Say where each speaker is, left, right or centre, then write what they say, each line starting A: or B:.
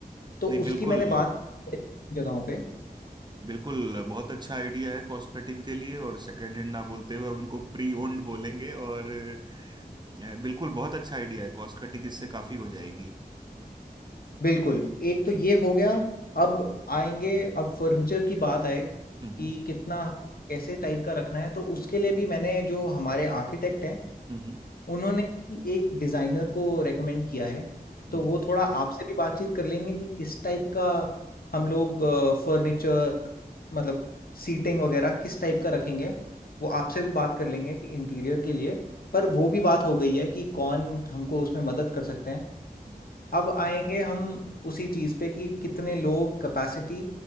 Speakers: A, on the left; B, on the right.
A: तो
B: नहीं बिल्कुल
A: उसकी मैंने बात जगहों पे
B: बिल्कुल बहुत अच्छा आइडिया है कॉस्ट कटिंग के लिए और सेकंड हैंड ना बोलते हुए हम उनको प्री ओन्ड बोलेंगे और अ, बिल्कुल बहुत अच्छा आइडिया है कॉस्ट कटिंग इससे काफी हो जाएगी
A: बिल्कुल एक तो ये हो गया अब आएंगे अब फर्नीचर की बात आए
B: हम्म
A: कि कितना कैसे टाइप का रखना है तो उसके लिए भी मैंने जो हमारे आर्किटेक्ट हैं
B: हम्म
A: उन्होंने ही एक डिज़ाइनर को रेकमेंड किया है
B: हम्म
A: तो वो थोड़ा आपसे भी बातचीत कर लेंगे कि किस टाइप का हम लोग फर्नीचर मतलब सीटिंग वगैरह किस टाइप का रखेंगे वो आपसे भी बात कर लेंगे कि इंटीरियर के लिए पर वो भी बात हो गई है कि कौन हमको उसमें मदद कर सकते हैं
B: हम्म
A: अब आएंगे हम उसी चीज पे कि कितने लोग कैपेसिटी